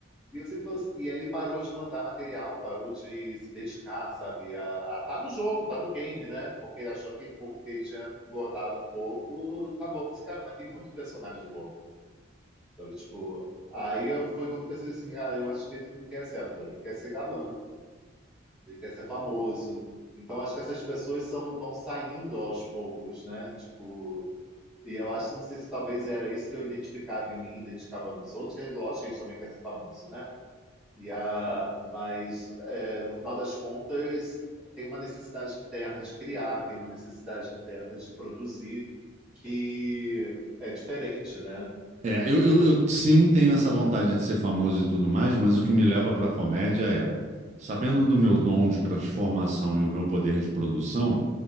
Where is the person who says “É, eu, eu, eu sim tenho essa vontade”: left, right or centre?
Right